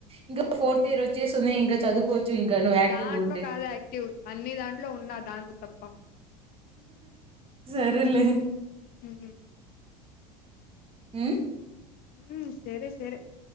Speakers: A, on the right; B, on the left.
A: ఇం ఫోర్త్ ఇయర్ వచ్చేస్తుంది చదువుకోవచ్చు ఇంకా నువ్వు యాక్టివ్గా
B: దాంట్లో
A: ఉంటే
B: కాదా యాక్టివ్ అన్ని దాంట్లో ఉన్నా దాంట్ తప్పు ఆ
A: సరెలే
B: హ
A: ఉ
B: ఉ సరే సరే